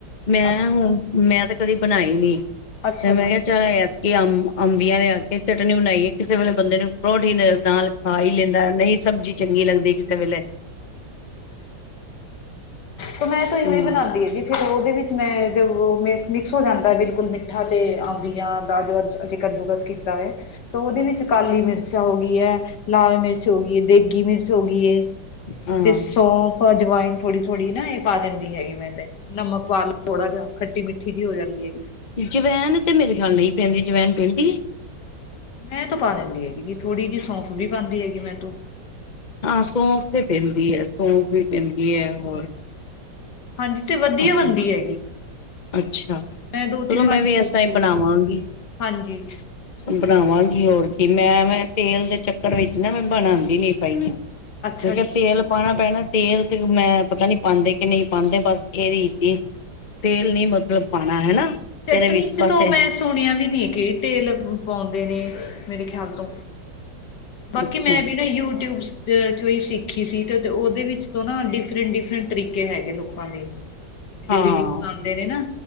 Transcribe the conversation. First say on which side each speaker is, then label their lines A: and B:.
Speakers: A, on the left; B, on the left.
A: ਮੈਂ
B: ਅ
A: ਹੁਣ ਮੈਂ ਤੇ ਕਦੀ ਬਣਾਈ ਨੀ,
B: ਅੱਛਾ
A: ਤੇ ਮੈਂ
B: ਜੀ
A: ਕਿਹਾ ਚਾ ਆ ਕਿ ਅੰਬ ਅੰਬੀਆਂ ਲਿਆ ਕੇ ਚਟਨੀ ਬਣਾਈਏ, ਕਿਸੇ ਵੇਲੇ ਬੰਦੇ ਨੂੰ ਪਰੋਂਠੀ ਦੇ ਨਾਲ ਖਾ ਈ ਲੈਂਦਾ ਨਈ ਸਬਜ਼ੀ ਚੰਗੀ ਲੱਗਦੀ ਕਿਸੇ ਵੇਲੇ।
B: ਤੋ ਮੈਂ ਤੋਂ ਐਵੇਂ
A: ਹੂੰ
B: ਈ ਬਣਾਂਦੀ ਹੈਗੀ। ਫੇਰ ਉਦੇ ਵਿੱਚ ਮੈਂ, ਜਦ ਮਿਕ ਮਿਕਸ ਹੋ ਜਾਂਦਾ ਬਿਲਕੁਲ ਮਿੱਠਾ ਤੇ ਅੰਬੀਆਂ ਦਾ ਜੋ ਅਸੀਂ ਕੱਦੂਕਸ ਕੀਤਾ ਏ। ਉਦੇ ਵਿੱਚ ਕਾਲੀ ਮਿਰਚ ਹੋ ਗੀ ਏ, ਲਾਲ ਮਿਰਚ ਹੋ ਗੀ ਏ, ਦੇਗੀ ਮਿਰਚ ਹੋ ਗੀ ਏ।
A: ਹਾਂ
B: ਤੇ ਸੌਂਫ ਅਜਵਾਇਨ ਥੋੜੀ ਥੋੜੀ ਨਾ ਏ ਪਾ ਦਿੰਦੀ ਹੈਗੀ ਮੈਂ ਤੇ, ਨਮਕ ਪਾ ਲੋ ਥੋੜਾ ਜਾ ਖੱਟੀ-ਮਿੱਠੀ ਜੀ ਹੋ ਜਾਂਦੀ ਐ।
A: ਜਵੈਨ ਤੇ ਮੇਰੇ ਖਿਆਲ ਨਈਂ ਪੈਂਦੀ, ਜਵੈਨ ਪੈਂਦੀ ਏ?
B: ਮੈਂ ਤੋ ਪਾ ਲੈਂਦੀ ਹੈਗੀ ਜੀ, ਥੋੜ੍ਹੀ ਜਿਹੀ ਸੌਂਫ ਵੀ ਪਾਂਦੀ ਹੈਗੀ ਮੈਂ ਤੋ।
A: ਹਾਂ, ਸੌਫ ਤੇ ਪੈਂਦੀ ਆ, ਸੌਂਫ ਵੀ ਪੈਂਦੀ ਆ, ਹੋਰ
B: ਹਾਂਜੀ, ਤੇ ਵਧੀਆ
A: ਅੱਛਾ।
B: ਬਣਦੀ ਹੈਗੀ।
A: ਅੱਛਾ,
B: ਮੈਂ ਦੋ
A: ਚਲੋ
B: ਤਿੰਨ ਵਾਰੀ
A: ਮੈਂ ਵੀ ਏਸਰਾ
B: ਪਾਈ ਸੀ
A: ਹੀ ਬਣਾਵਾਂਗੀ।
B: ਹਾਂਜੀ
A: ਬਣਾਵਾਂਗੀ ਹੋਰ ਕੀ ਮੈਂ, ਮੈਂ ਤੇਲ ਦੇ ਚੱਕਰ ਵਿੱਚ ਨਾ ਮੈਂ ਬਣਾਂਦੀ ਨੀ ਪਾਈਆਂ।
B: ਅੱਛਾ
A: ਮੈਂ ਕਿਆ,
B: ਜੀ
A: ਤੇਲ ਪਾਣਾ ਪੈਣਾ, ਤੇਲ ਤੇ ਮੈਂ ਪਤਾ ਨੀ ਪਾਉਂਦੇ ਨਹੀਂ ਪਾਉਂਦੇ, ਬਸ ਇਹਦੀ 'ਚ ਤੇਲ ਨੀ ਮਤਲਬ ਪਾਉਣਾ ਹਨਾ?
B: ਚਟਨੀ
A: ਇਹਦੇ ਵਿੱਚ
B: 'ਚ
A: ਬਸ
B: ਤੋ ਮੈਂ ਸੁਣਿਆ ਵੀ ਨੀ ਕਿ ਤੇਲ ਪਾਉਂਦੇ ਨੇ, ਮੇਰੇ ਖਿਆਲ ਤੋਂ। ਬਾਕੀ
A: ਅੱਛਾ
B: ਮੈਂ ਵੀ ਨਾ ਯੂਟਿਊਬ 'ਚ ਚੋਈ ਸਿੱਖੀ ਸੀ, ਤੇ ਓਦੇ ਵਿੱਚ ਤੋਂ ਨਾ ਡਿਫਰੈਂਟ-ਡਿਫਰੈਂਟ ਤਰੀਕੇ ਹੈਗੇ ਲੋਕਾਂ ਦੇ। ਜੇੜੇ
A: ਹਾਂ।
B: ਵੀਡੀਓਜ਼ ਆਂਦੇ ਨੇ ਨਾ